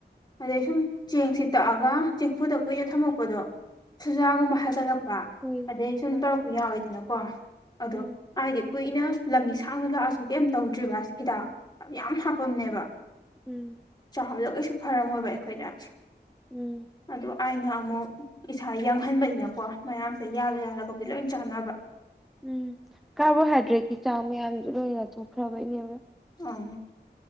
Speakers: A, on the left; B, in the centre.
A: ꯑꯗꯩ ꯁꯨꯝ ꯆꯦꯡꯁꯤ ꯇꯛꯑꯒ ꯆꯦꯡꯐꯨꯗ ꯀꯨꯏꯅ ꯊꯝꯃꯛꯄꯗꯣ ꯁꯨꯖꯥꯒꯨꯝꯕ ꯍꯥꯏꯒꯠꯂꯛꯄ
B: ꯍꯣꯏ
A: ꯗꯩ ꯁꯨꯝ
B: ꯑ
A: ꯇꯧꯔꯛꯄ ꯌꯥꯎꯋꯤꯗꯅꯣꯀꯣ ꯑꯗꯨ
B: ꯎꯝ
A: ꯑꯥꯏꯗꯤ ꯀꯨꯏꯅ ꯂꯝꯕꯤ ꯁꯥꯡꯅ ꯂꯥꯛꯑꯁꯨ ꯀꯩꯝ ꯇꯧꯗ꯭ꯔꯤꯕ ꯑꯁꯦ ꯍꯤꯗꯥꯛ ꯌꯥꯝ ꯍꯥꯞꯄꯝꯅꯦꯕ
B: ꯎꯝ
A: ꯆꯥꯕꯗ ꯀꯩꯁꯨ ꯐꯔꯝꯃꯣꯏꯕ ꯑꯩꯈꯣꯏꯗ
B: ꯎꯝ
A: ꯑꯗꯣ ꯑꯩꯅ ꯑꯃꯨꯛ ꯏꯁꯥ ꯌꯥꯡꯍꯟꯕꯅꯤꯅꯀꯣ ꯃꯌꯥꯝꯁꯦ ꯌꯥꯜꯂ ꯌꯥꯜꯂꯒꯕꯨꯗꯤ ꯂꯣꯏ ꯆꯥꯟꯅꯕ
B: ꯎꯝ ꯀꯥꯔꯕꯣꯍꯥꯏꯗ꯭ꯔꯦꯠꯀꯤ ꯆꯥꯡ ꯃꯌꯥꯝꯁꯨ ꯂꯣꯏꯅ ꯊꯣꯛꯈ꯭ꯔꯕꯩꯅꯦꯕ
A: ꯑꯪ